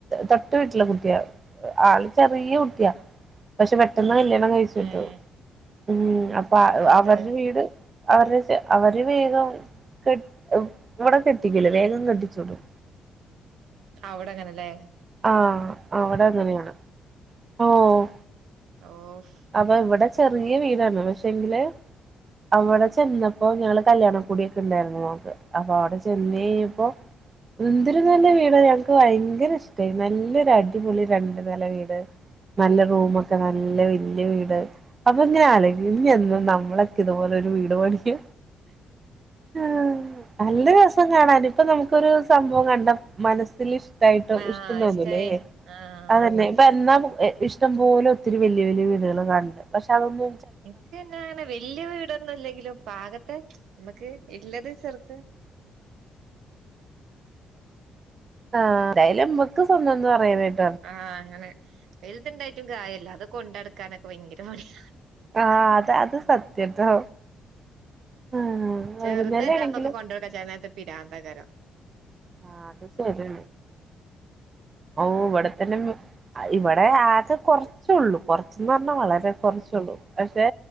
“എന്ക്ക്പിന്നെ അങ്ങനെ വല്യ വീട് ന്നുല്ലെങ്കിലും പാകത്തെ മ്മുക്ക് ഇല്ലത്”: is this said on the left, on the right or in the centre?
Right